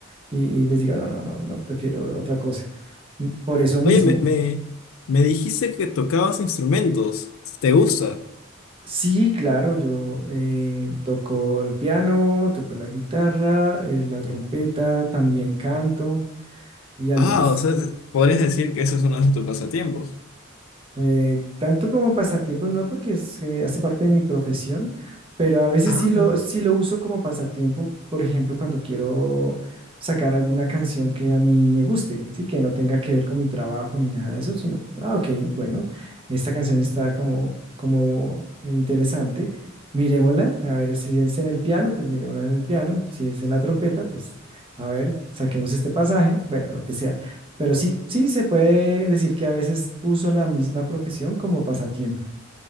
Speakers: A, on the right; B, on the left.
A: Y, y les digo, no, no, no, no, prefiero otra cosa. Por eso mismo.
B: Oye, me, me, me dijiste que tocabas instrumentos. ¿Te gusta?
A: Sí, claro, yo eh, toco el piano, toco la guitarra, eh, la trompeta, también canto y algunos,
B: Ah, o sea, podrías decir que eso es uno de tus pasatiempos.
A: Eh, tanto como pasatiempos, no porque es, eh, hace parte de mi profesión, pero a veces
B: Ah.
A: sí lo, sí lo uso como pasatiempo, por ejemplo, cuando quiero sacar alguna canción que a mí me guste, sí, que no tenga que ver con mi trabajo ni nada de eso, sino, ah, ok, bueno, esta canción está como, como interesante, miremosla, a ver si es en el piano, pues miremosla en el piano, si es en la trompeta, pues a ver, saquemos este pasaje, bueno, lo que sea. Pero sí, sí, se puede decir que a veces uso la misma profesión como pasatiempo.